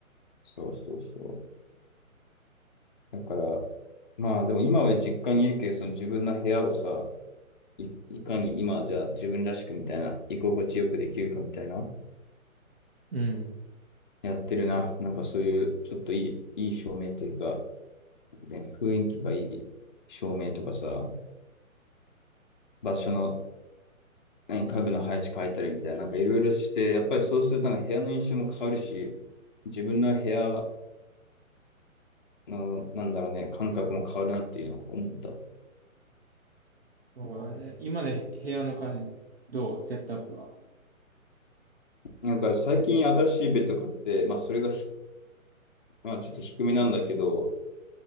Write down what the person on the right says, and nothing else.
うん。
そうだね。今のへ部屋の感じ、どうセットアップが。